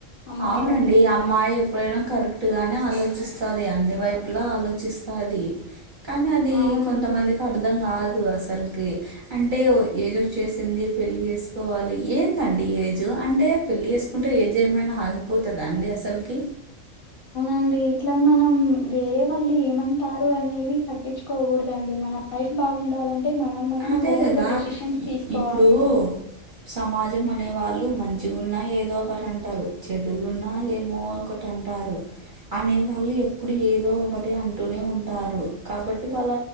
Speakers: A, on the left (about 55°); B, on the right (about 45°).
A: అమ్మాయిలకి
B: అవునండి అమ్మాయి ఎప్పుడైనా కరు అన్నట్టుగానే ఆలోచిస్తాది అన్ని వైపులా ఆలోచిస్తాది కానీ అది
A: అవునండి
B: కొంతమందికి అర్థం కాదు అసలకి అంటే ఏజ్ వచ్చేసింది పెళ్లి చేసుకోవాలి ఏందండి ఏజ్ అంటే పెళ్ళి చేేసుకుంటే ఏదిే ఏమైనా ఆగిపోతుందా అండి అసలకి
A: అండ్ ఇట్లా మనం వేరే వాళ్ళు ఏమంటారు అనేవి పట్టించుకోకూడదండి మన లైఫ్ బాగుండాలంటే మనం మనం
B: అదే
A: ఓన్గా
B: కదా
A: డెసిషన్స్ తీసుకోవాలి
B: ఇప్పుడు సమాజం అనే వాళ్ళు మంచిగున్నా ఏదో ఒకటి అంటారు చెడుగున్నా ఏమో ఒకట టారు అనే వాళ్ళు ఎప్పుడు ఏదో ఒకటి అంటూనే ఉంటారు కాబట్టి వాళ్ళ